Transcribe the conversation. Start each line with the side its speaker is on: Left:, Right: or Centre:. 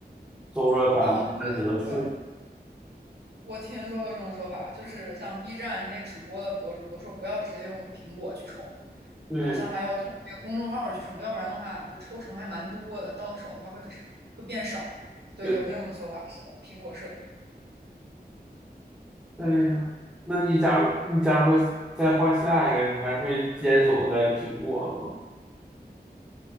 Centre: 收了百分之三十的税。
Right: 哦，对对，我听说过这种说法，就是像 B 站那些直播的博主都说不要直接用苹果去充，
Centre: 对
Right: 好像还要通过公众号去充，要不然的话就抽成还蛮多的，到手的话会会变少。对，
Centre: 对，
Right: 有这种说法，是的，苹果税。
Centre: 对呀，那你假如你假如说再换下一个，你还会坚守在苹果